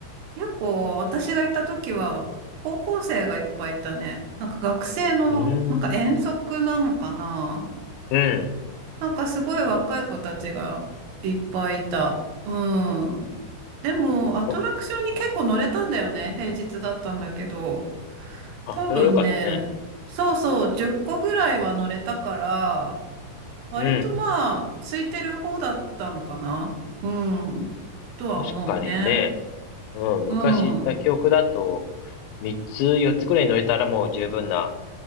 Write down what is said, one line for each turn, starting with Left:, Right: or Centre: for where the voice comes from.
Right: 結構私がいた時は高校生がいっぱいいたね。なんか学生の、
Left: うーん。
Right: なんか遠足なのかな。
Left: うん。
Right: なんかすごい若い子たちがいっぱいいた。うん。でもアトラクションに結構乗れたんだよね。
Left: そううん
Right: 平日だったんだけど。
Left: あ、
Right: 多分ね、
Left: それは良かったね。
Right: そうそう、10個ぐらいは乗れたから、割とまあ、
Left: うん。
Right: 空いてる方だったのかな。うん。とは思うね。
Left: 確かにね。うん。昔行った記憶だと、
Right: うん。
Left: 3つ、4つぐらい乗れたらもう十分な